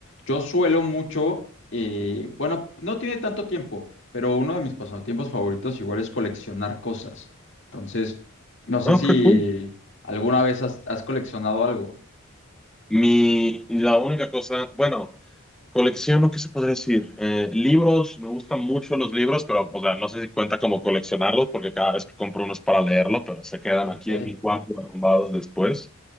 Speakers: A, on the left; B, in the centre.
A: yo suelo mucho, eh, bueno, no tiene tanto tiempo, pero uno de mis pasatiempos favoritos igual es coleccionar cosas. Entonces, no sé
B: Ah,
A: si
B: qué cool.
A: alguna vez has, has coleccionado algo.
B: Mi, la única cosa, bueno, colecciono, ¿qué se podría decir? Eh, libros, me gustan mucho los libros, pero, o sea, no sé si cuenta como coleccionarlos, porque cada vez que compro unos para leerlo, pero se quedan
A: Ok,
B: aquí en mi cuarto arrumbados después.